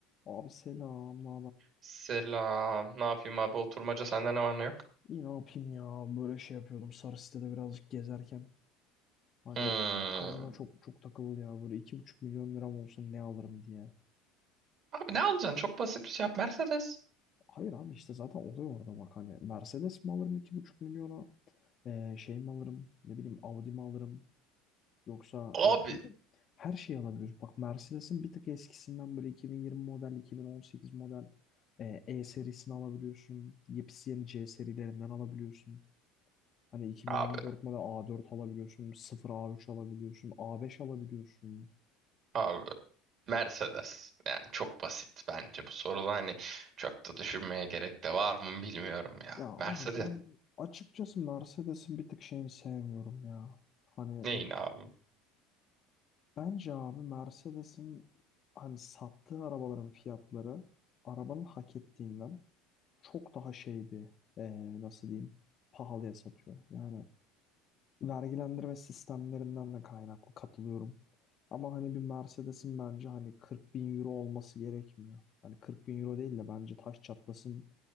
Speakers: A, on the left; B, on the right.
A: Abi selam, ne
B: Selam. Ne yapayım abi? Oturmaca sende ne var ne yok?
A: İyi ne yapayım ya? Böyle şey yapıyordum sarı sitede birazcık gezerken. Hani
B: Hmm.
A: kafama çok çok takıldı ya. Böyle iki buçuk milyon liram olsun ne alırım diye.
B: Abi ne alacaksın? Çok basit bir şey yap. Mercedes.
A: Hayır abi işte zaten oluyor orada bak hani. Mercedes mi alırım iki buçuk milyona? Ee, şey mi alırım? Ne bileyim Audi mi alırım? Yoksa
B: Abi.
A: ya çünkü her şeyi alabiliyoruz. Bak Mercedes'in bir tık eskisinden böyle 2020 model, 2018 model e, E serisini alabiliyorsun. Yepyeni C serilerinden alabiliyorsun. Hani 2024
B: Abi.
A: model A4 alabiliyorsun, sıfır A3 alabiliyorsun, A5 alabiliyorsun.
B: Abi. Mercedes. Yani çok basit bence bu soruda hani çok da düşünmeye gerek de var mı bilmiyorum ya.
A: Ya abi
B: Mercedes.
A: ben açıkçası Mercedes'in bir tık şeyini sevmiyorum ya. Hani e,
B: Neyin abi?
A: bence abi Mercedes'in hani sattığı arabaların fiyatları arabanın hak ettiğinden çok daha şey bir e, nasıl diyeyim pahalıya satıyor. Yani vergilendirme sistemlerinden de kaynaklı katılıyorum. Ama hani bir Mercedes'in bence hani 40 bin euro olması gerekmiyor. Hani 40 bin euro değil de bence taş çatlasın